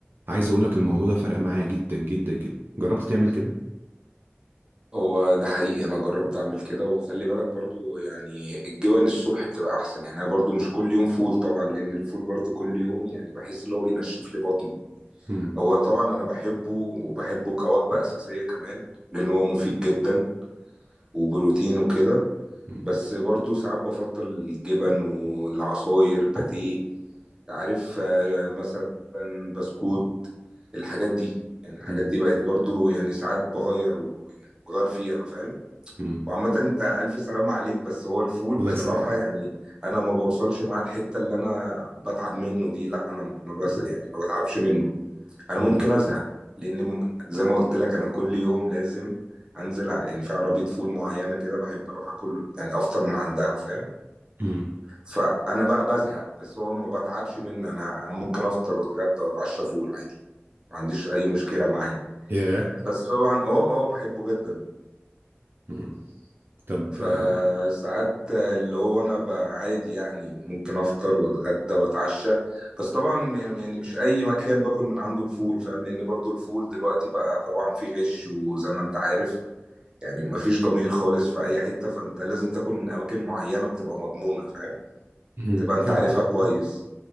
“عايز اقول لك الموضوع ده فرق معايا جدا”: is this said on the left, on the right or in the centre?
Right